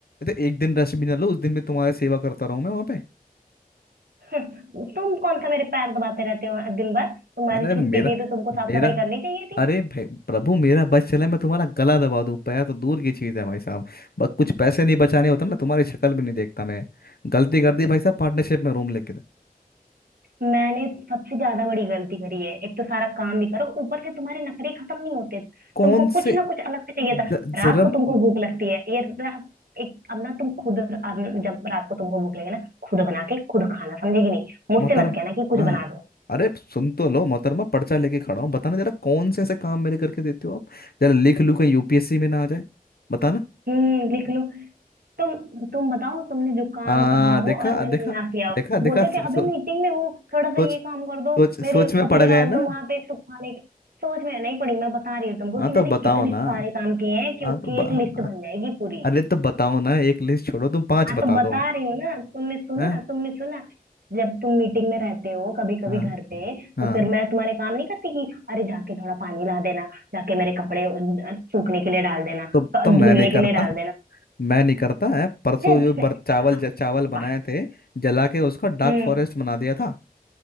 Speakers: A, on the left (about 80°); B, on the right (about 80°).
A: तो एक दिन रेस्ट भी ना लो उस दिन भी तुम्हारी सेवा करता रहूं मैं वहां
B: <laughs> हम्म, तुम कौन सा मेरे पैर दबाते रहते हो दिन भर तुम्हारी
A: अरे
B: छुट्टी
A: मेरा
B: थी तो तुमको साफ
A: मेरा
B: सफाई करनी चाहिए थी
A: अरे भाई प्रभु मेरा बस चले मैं तुम्हारा गला दबा दूं पैर तो दूर की चीज है भाई साहब बस कुछ पैसे नहीं बचाने होते ना तुम्हारी शक्ल भी नहीं देखता मैं गलती कर दी भाई साहब पार्टनरशिप में रूम लेके था
B: मैंने सबसे ज्यादा बड़ी गलती करी है एक तो सारा काम भी करो ऊपर से तुम्हारे नखरे खत्म नहीं होते तुमको
A: कौन
B: कुछ
A: से
B: ना कुछ अलग से चाहिए था
A: ज-
B: रात
A: जरा
B: को
A: मोहतर
B: तुमको भूख लगती है ये रात एक अब ना तुम खुद अब जब रात को तुमको भूख लगे ना खुद बना के खुद खाना समझे कि नहीं मुझसे
A: मोहतरम
B: मत कहना कि कुछ
A: हाँ हाँ।
B: बना दो
A: अरे सुन तो लो मोहतरमा पर्चा लेके खड़ा हूँ बताना जरा कौन से ऐसे काम मेरे करके देते हो आप जरा लिख लूं कहीं यूपीएससी में ना आ जाए बताना
B: हम्म लिख लो तुम तुम बताओ तुमने जो काम
A: आ
B: कहा हो
A: देखा
B: और मैंने
A: देखा
B: ना किया हो
A: देखा देखा
B: बोलते
A: सो,
B: थे अभी
A: सो,
B: मीटिंग में हूँ थोड़ा सा
A: सोच
B: ये काम कर दो
A: सोच
B: मेरे
A: सोच में
B: कपड़े
A: पड़ गए
B: डाल
A: ना
B: दो वहां पे सुखाने के सोच में नहीं पड़ी मैं बता रही हूँ तुमको
A: हाँ
B: कि
A: तो
B: मैंने
A: बताओ
B: कितने
A: ना
B: सारे काम किए हैं कि
A: हाँ
B: उसकी
A: तो ब-
B: एक लिस्ट
A: ब-
B: बन जाएगी पूरी
A: अरे तो बताओ ना एक लिस्ट छोड़ो तुम पांच
B: हाँ
A: बता
B: तो बता
A: दो
B: रही हूँ ना तुमने सुना
A: हैं
B: तुमने सुना जब तुम मीटिंग में रहते हो कभी कभी
A: हाँ
B: घर पे
A: हाँ
B: तो फिर मैं तुम्हारे काम नहीं करती कि अरे जाके थोड़ा पानी ला देना जाके मेरे कपड़े अ, सूखने के लिए डाल देना
A: तो
B: क-
A: तो मैं
B: धुलने
A: नहीं करता
B: के लिए डाल देना
A: मैं नहीं करता है परसों
B: <laughs>
A: जो बर, चावल
B: हाँ
A: ज, चावल बनाए
B: वाह
A: थे जला के उसका डार्क
B: हम्म
A: फॉरेस्ट बना दिया था